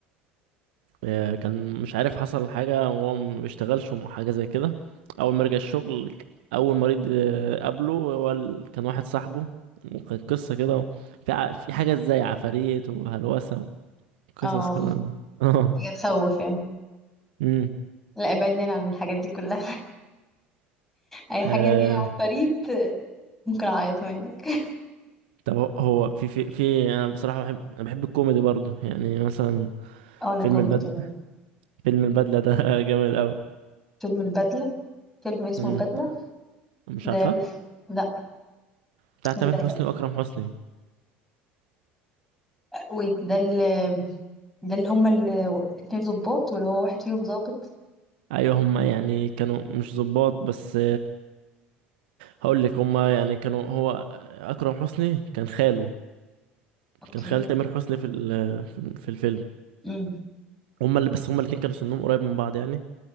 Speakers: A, on the right; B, in the centre.
A: آه، كان مش عارف حصل حاجة وهو ما بيشتغلش وم- حاجة زي كده أول ما رجع الشغل ك- أول مريض آه، قابله هو ال- كان واحد صاحبه وكانت قصة كده في ع- في حاجة زي عفاريت وهلوسة وقصص
B: اه
A: كده <laughs> اه
B: هي تخوف يعني
A: امم
B: لا ابعدنا عن الحاجات دي كلها <laughs> اي حاجه
A: آه،
B: فيها فريد ممكن اعيط منك
A: طب هو هو في في في أنا بصراحة بحب أنا بحب الكوميدي برضو يعني مثلا
B: <laughs> اه انا
A: فيلم
B: كوميدي
A: البدلة
B: كمان
A: فيلم البدلة ده <laughs> جامد أوي
B: فيلم البدله فيلم اسمه
A: امم
B: البدله
A: مش
B: ده
A: عارفة
B: مش لا
A: بتاع
B: ده
A: تامر حسني وأكرم حسني
B: ويت ده اللي ده اللي هما اللي اتنين ظباط ولا هو واحد فيهم ظابط
A: أيوة هما يعني كانوا مش ظباط بس هقول لك هما يعني كانوا هو اكرم حسني كان خاله
B: اوكي
A: كان خال تامر حسني في ال- في في الفيلم
B: امم
A: هما اللي بس هما الاتنين كانوا سنهم قريب من بعض يعني